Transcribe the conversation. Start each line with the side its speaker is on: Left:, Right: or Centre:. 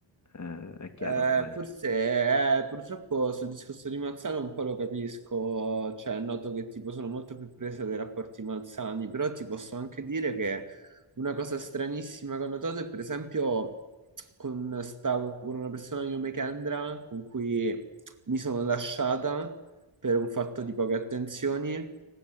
Left: eh, è chiaro
Right: Eh,
Left: ormai.
Right: forse eh, purtroppo sul discorso di Malzano un po' lo capisco, cioè noto che tipo sono molto più presa dai rapporti malsani, però ti posso anche dire che una cosa stranissima che ho notato è per esempio con, stavo con una persona di nome Kendra con cui mi sono lasciata per un fatto di poche attenzioni